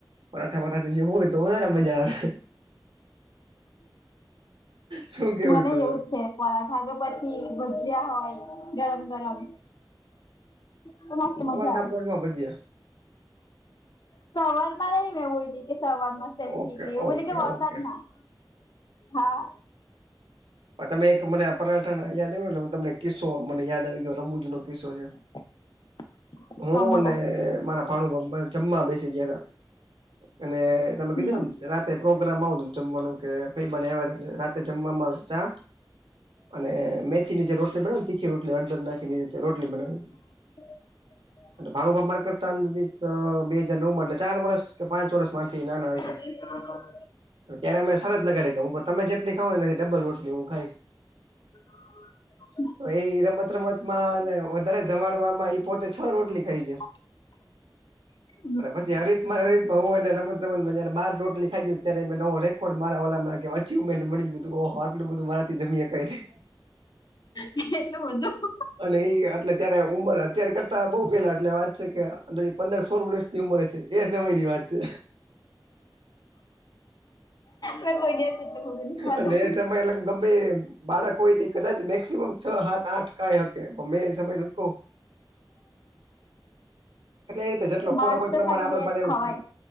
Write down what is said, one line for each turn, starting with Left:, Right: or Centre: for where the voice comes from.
Right: પરાઠા પરાઠા જે હોય તોાર મજા આવે. શું કેવું
Left: મને
Right: તમારું
Left: એવું જ છે. પરાથા કે પછી ભજીયા હોય ગરમ ગરમ તો મસ્ત
Right: સવારના
Left: મજ્જા
Right: પોળમાં ભજીયા
Left: સવરમાં <unintelligible> એ સવાર મસ્ત <unintelligible>
Right: ઓકે
Left: એવું
Right: ઓકે
Left: બજે કે વરસાદમાં
Right: ઓકે
Left: હા
Right: પણ તમે એક મને આ પરાઠા યાદ આવ્યો એટલે તમને કિસ્સો મને યાદ આવી ગયો રમૂજ નો કિસ્સો છે.
Left: <inaudible>
Right: હું
Left: તો બોલો
Right: અને મારા ભાણુંભા જમવા બેસી ગયાતા અને તમે
Left: હમ.
Right: કીધો એમ રા તે પ્રોગ્રામ આવ જમવાનું કે ફઈબા ને આયવા તા એટલે રાતે જમવાવામાં ચા અને મેથીની જે રોટલી બનાવી તીખી રટલી હળદર નાખીને એવી રીતે રોટલી બનાવી
Left: <inaudible>
Right: ભાણુંભા માર કરતા અ બે હજર નવ માં એટલે ચાર વર્ષ કે પાંચ વર્ષ મારાથી નાના હય સે
Left: <inaudible>
Right: ત્યારે મે સરત લગાડી કે હું તમે જેટલી ખાવને એનાથી ડબલ રોટલી હું ખાઈશ
Left: <inaudible>
Right: તો એ રમત રમતમાં અને વધારે જમાડવામાં એ પોતે છ રોટલી ખાઈ ગય
Left: <inaudible>
Right: અને પછી હરીફમાં હરીફ હુ અને રમત રમતમાં જયારે બાર રોટલી ખાઈ ગયો ત્યારે મે નવો રેક કોડ મારા વાલાના કેવાય અચીવમેન્ટ મળી ગયું ઓહ આટલું બધું મારાથી જમી હકાઈ
Left: એટલુ બંધુ
Right: અને એ અટલે ત્યારે ઉંમર અત્યારે કરતા બઉ પેલા એટલે વાત છે, કે પંદર સોળ વર્ષ ઉમરેશે એ સમયની વાત છે.
Left: મેં કોઈ દિવસ એટલું બધું ની ખાધું.
Right: અને એ સમય અલગ ગમે એ બાળક હોય એ કદાચ મેક્સિમમ છ સાત આઠ ખાઈ હકે મેં સમય લકો એટલે એ રીતે જેટલો
Left: ભાત
Right: ખોરાક હોઈ
Left: તો
Right: એ પ્રમાણે
Left: ખાલી
Right: આપણે
Left: બે
Right: બનાયવું
Left: જ ખવાય